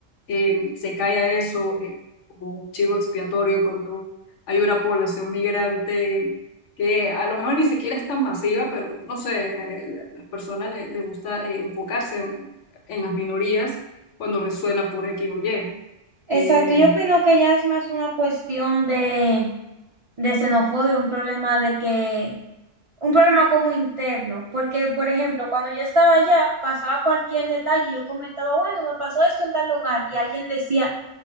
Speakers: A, on the left; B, on the right.
A: eh, se cae a eso eh, como un chivo expiatorio cuando hay una población migrante que a lo mejor ni siquiera es tan masiva, pero no sé, eh, la- las personas le, le gusta eh, enfocarse en, en las minorías cuando resuena por X o Y.
B: Exacto,
A: Eh,
B: yo opino que ya es más una cuestión de, de xenofobia, un problema de que, un problema como interno, porque por ejemplo, cuando yo estaba allá, pasaba cualquier detalle y yo comentaba, bueno, me pasó esto en tal lugar y alguien decía,